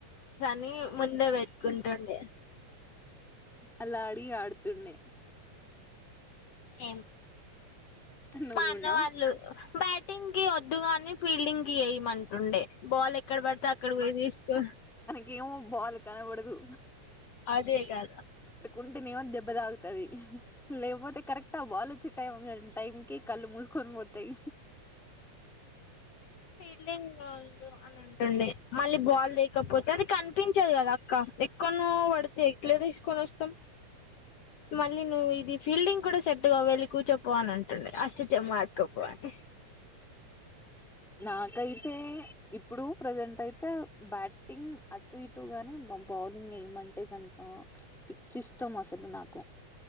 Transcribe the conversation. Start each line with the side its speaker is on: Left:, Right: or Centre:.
Left: ని ముందే పెట్టుకుంటుండే
Centre: అలా అడిగి ఆడుతుండే
Left: సేమ్
Centre: నువ్వు
Left: మా
Centre: కూడా
Left: అన్న వాళ్ళు బ్యాటింగ్ కి వద్దుగాని ఫీల్డింగ్ కి ఎయిమంటుందే బాల్ ఎక్ క్కడ పడితే అక్కడ పోయి తీసుకొన్
Centre: గేము బాల్ కనబడదు
Left: అదే గదా
Centre: ఉంటేనేమో దెబ్బ తాకుతది లేకపోతే కరెక్ట్ ఆ బాలోచ్చి టైం టైం కి కళ్ళు మూసుకొని పోతయి
Left: ఫీల్డింగ్ లో ఉండు అని అన్ టుండే మళ్ళీ బాల్ లేకపోతే అది కనిపించదు కదా అక్క ఎక్కన్నో పడితే ఎట్ల తీసుకొని వస్తం మళ్ళీ నువ్ ఇది ఫీల్డింగ్ కూడా సెట్ టుగా వెళ్ళి కూర్చోపో అని అంటుండే అష్ట చెమ్మ ఆడుకోపో అని
Centre: నాకైతే ఇప్పుడు ప్రజెంటయితే బ్యాట్టింగ్ అటు ఇటు గాని బౌ బౌలింగ్ ఎయిమంటే గనుక పిచ్చి ఇష్టం అసలు నాకు